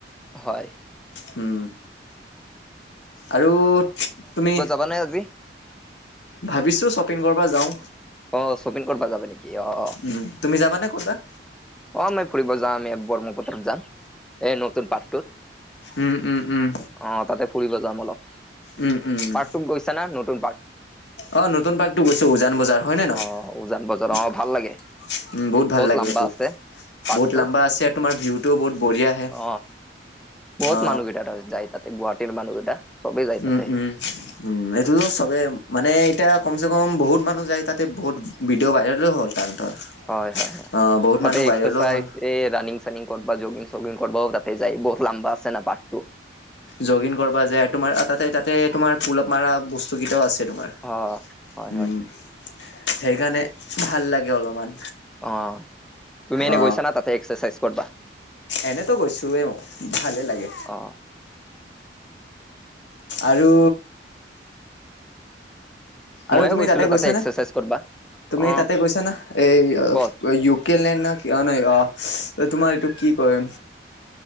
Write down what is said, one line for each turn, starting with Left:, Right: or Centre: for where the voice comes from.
Centre: হয়।
Left: উম! আৰু তুমি
Centre: <unintelligible>
Left: ভাবিছোঁ শ্বপিং কৰিব যাওঁ।
Centre: অ'! শ্বপিং কৰিব যাবি নেকি? অ'! অ'!
Left: উম, তুমি যাবানে ক'ৰবাত?
Centre: অ'! মই ফুৰিব যাম, ব্ৰহ্মপুত্ৰত যাম। এই, নতুন পৰ্কটোত।
Left: উম! উম! উম!
Centre: অ'! তাতে ফুৰিব যাম অলপ। পাৰ্কটোত
Left: উম, উম। উম।
Centre: গৈছা না? নতুন পাৰ্ক
Left: অ'! নতুন পাৰ্কটো গৈছোঁ, উজান বজাৰ। হয়নে নহয়?
Centre: অ উজান বজাৰ
Left: উম,
Centre: অ ভাল লাগে
Left: বহুত ভাল লাগে
Centre: লাম্বা
Left: এইটো!
Centre: আছে পাৰ্কটো
Left: বহুত লম্বা আছে। তোমাৰ, ভিউটোও বহুত বঢ়িয়া আহে!
Centre: অ বহুত
Left: অ
Centre: মানুহকেইটা তাতে যায়। তাতে, গুৱাহাটীৰ মানুহকেইটা। চবেই যায় তাতে।
Left: উম, উম, উম! এইটোতো চবে মানে, এতিয়া কমচে <unintelligible> বহুত মানুহ যায় তাতে। বহুত ভিডিঅ' ভাইৰেলো হ'ল তাহাঁতৰ।
Centre: হয় হয় হয়,
Left: অ বহুত
Centre: তাতে
Left: মানুহ ভাইৰেলো
Centre: এক্সাৰচাইজ-
Left: হ'ল
Centre: এই ৰানিং চানিং কৰবা জগিং চগিং কৰা ততে যায় বহুত লমাম্বা আছে ন বাতটো।
Left: যোগিং কৰিব যায় আৰু তোমাৰ তাতে, তাতে তোমাৰ, পুল- আপ মাৰা বস্তুকেইটাও আছে তোমাৰ।
Centre: অ হয়
Left: উম!
Centre: হয়
Left: সেইকাৰণে, ভাল লাগে অলপমান।
Centre: অঁ, তুমি এনে
Left: অ
Centre: গৈছা না তাতে এক্সা চাইজ কৰবা।
Left: এনেতো গৈছোৱে, মই ভালে লাগে।
Centre: অহ
Left: আৰু আৰু
Centre: ময়ো
Left: তুমি
Centre: গৈছিলো
Left: তাতে গৈছানে
Centre: এক্সাৰচাইজ কৰবা।
Left: তুমি
Centre: অ
Left: তাতে গৈছা না এই
Centre: ক'ত
Left: ইউক- কেলে ন অ নাই অ তোমাৰ এইটো কি ক‌য়?